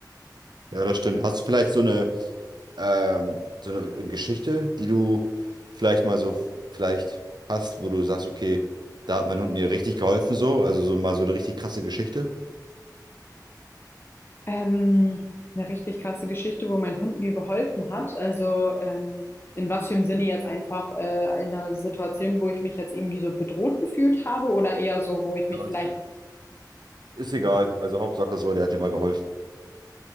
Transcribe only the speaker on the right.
Ja, das stimmt. Hast du vielleicht so eine ähm, so eine Geschichte, die du vielleicht mal so vielleicht hast, wo du sagst, okay, da hat mein Hund mir richtig geholfen, so, also so mal so eine richtig krasse Geschichte?
Ja, ist,
ist egal, also Hauptsache so, der hat dir mal geholfen.